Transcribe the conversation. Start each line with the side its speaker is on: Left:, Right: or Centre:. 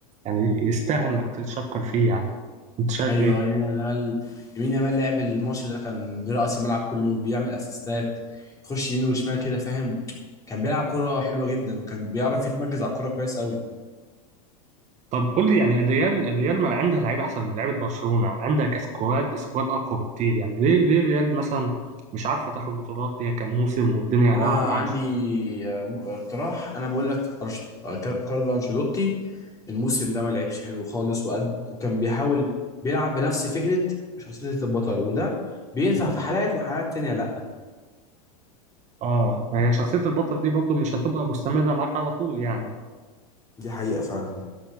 Right: يعني يستاهل انك تتشكر فيه يعني انت شايف
Left: ايوه
Right: ايه
Left: يمين يامال يمين يامال لعب الماتش ده كان برأس الملعب كله بيعمل اسيستات يخش يمين وشمال كده فاهم كان بيلعب كرة حلوة جدا وكان بيعرف يتمركز على الكرة كويس قوي
Right: طب قول لي يعني الريال الريال ما عندها لعيبه احسن من لعيبه برشلونه عندها كسكواد سكواد اقوى بكتير يعني ليه ليه الريال مثلا مش عارفه تاخد بطولات هي كام موسم والدنيا
Left: انا
Right: واقعه معاها
Left: عندي آه، م- آه، اقتراح انا بقول لك أرش... آه، كار- كارلو انشيلوتي الموسم ده ما لعبش حلو خالص وقد وكان بيحاول بيلعب بنفس فكرة شخصية البطل وده بينفع في حالات وحالات تانية لا
Right: اه ما هي شخصية البطل دي برضو مش هتبقى مستمرة معاك على طول يعني
Left: دي حقيقة فعلا